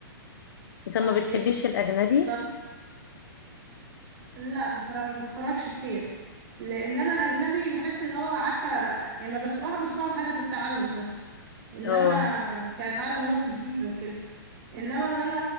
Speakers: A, on the right; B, on the left.
A: صح
B: انت ما
A: جدا
B: بتحبيش الاجنبي
A: طب لا بصراحة ما بتفرجش كتير لأن أنا الأجنبي بحس إن هو عارفة يعني ما بسمعه بسمعه بهدف التعلم بس إنما
B: اه
A: كأتعلم لغة جديدة وكده إنما إن أنا